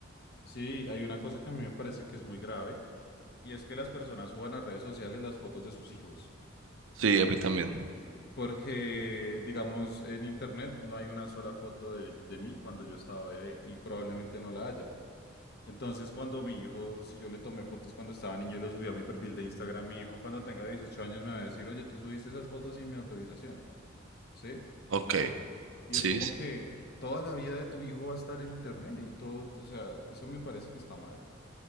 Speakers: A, on the left; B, on the right.
A: sí, hay una cosa que a mí me parece que es muy grave, y es que las personas suban a redes sociales las fotos de sus hijos.
B: Sí, a mí también.
A: Porque, digamos, en internet no hay una sola foto de, de mí cuando yo estaba bebé, y probablemente no la haya. Entonces, cuando mi hijo, si yo le tomé fotos cuando estaba niño y lo subí a mi perfil de Instagram, mi hijo cuando tenga 18 años me va a decir, oye, tú subiste esas fotos sin mi autorización, ¿sí?
B: Ok,
A: Y
B: sí,
A: es como
B: sí.
A: que toda la vida de tu hijo va a estar en internet y todo, o sea, eso me parece que está mal.